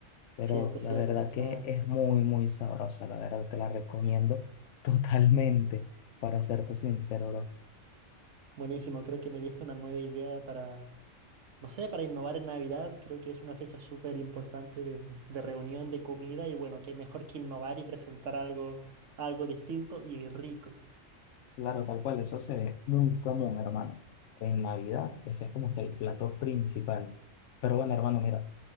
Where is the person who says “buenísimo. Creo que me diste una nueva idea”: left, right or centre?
Right